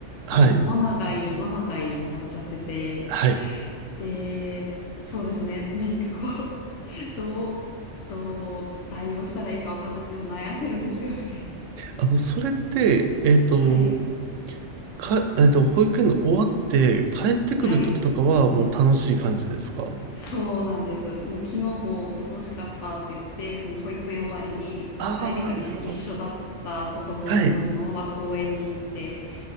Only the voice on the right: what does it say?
はい、
はい。
あの、それって、えっと、
か、えっと、保育園が終わって帰ってくる時とかはもう楽しい感じですか
ああー、なるほど。はい。